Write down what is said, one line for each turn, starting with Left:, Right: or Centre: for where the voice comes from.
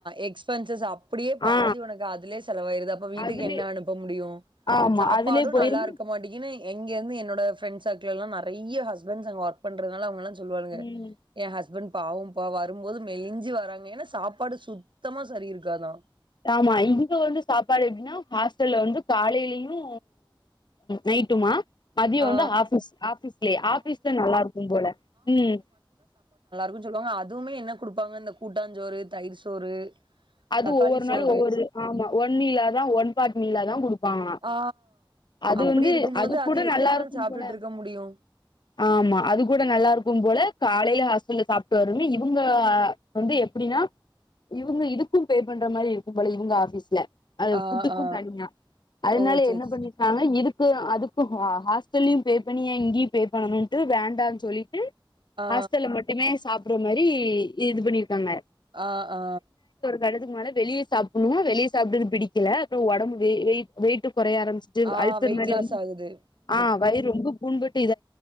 Right: எக்ஸ்பென்சஸ் அப்புடியே பாதி
Left: ஆ
Right: ஒனக்கு அதுலே செலவாயிருது அப்ப வீட்டுக்கு
Left: அதுலயே
Right: என்ன அனுப் ப முடியு
Left: ஆமா
Right: சாப்பாடு
Left: அதுலயே போயிருமா
Right: நல்லாருக்க மாட்டுகினு எங்கொர்ந்து என்னோட ஃப்ரெண்ஸ்ஸ டக்லல்லா நறைய ஹஸ்பண்ஸ் அங்க ஒர்க் பண்றத்னால அவுங்கல்லா சொல்லுவாளுக
Left: ம்
Right: ஏ ஹஸ்பண் பாவம்பா வரும்போது மெலிஞ்சு வராங்க ஏன்னா சாப்பாடு சுத்தமா சரி இருக்காதா
Left: ஆமா இங்க வந்து சாப்பாடு எப்டினா ஹாஸ்டல்ல வந்து காலைலியு நைட் ட்டுமா மதிய
Right: ஆ
Left: வந்து ஆஃபீஸ் ஆஃபீஸ்லே ஆஃபீஸ்ல நல்லாருக்கு போல ம்
Right: கு சொல்வாங்க அதுவுமே என்ன குடுப்பாங்க இந்த கூட்டாஞ்சோறு தயிர் சோறு
Left: அது
Right: தக்காளி
Left: ஒவ்வொரு
Right: சோறு
Left: நாளு ஒவ்வொரு ஆமா ஒன் வீலாதா ஒன் பாட் மீலாதா குடுப்பாங்ளா
Right: ஆ
Left: அது
Right: அப்டி
Left: வந்து
Right: இருக்கும்போது
Left: அதுக் கூட
Right: அது
Left: நா
Right: எத்தன்
Left: எல்லாருக்கு
Right: நாள் சாப்ட்டுட்டு
Left: போல
Right: இருக்க முடியு
Left: ஆமா அது கூட நல்லாருக்கு போல காலைல ஹாஸ்ட்டல்ல சாப்ட்டு வருன்னு இவுங்க வந்து எப்புடினா இவுங்க இதுக் கு பே பண்ற மாரி இருக்கு போல இவுங்க ஆஃபீஸ்ல அது
Right: ஆ
Left: ஃபுட்டுக்கு
Right: ஆ
Left: தனியா அதுனால
Right: ஓ சேரி
Left: என்ன பண்ணிர்க்காங்கனா
Right: சேரி
Left: இதுக் கு அதுக்கு ஹா ஹாஸ்ட்டல்யு பே பண்ணி ஏ இங்யு பே பண்ணணுன்ட்டு வேண்டான் சொல்லிட்டு
Right: ஆ
Left: ஹாஸ்ட்டல்ல மட்டுமே சாப்புற்ற மரி இது பண்ணிருக்காங்க
Right: ஆ ஆ
Left: வெலதுக்னாலே வெளியே சாப்புனு வெளிய சாப்ட்றது பிடிக்கல டூ ஒடம்பு வெய் வெய்ட் வெய்ட்டுப் கொறை ஆரமிச்சிட்டு
Right: ஆ
Left: அல்சர்
Right: வெயிட்
Left: மேரி
Right: லாஸ்
Left: வந்து
Right: ஆகுது
Left: ஆ வயிற் ரொம்ப புண்பட்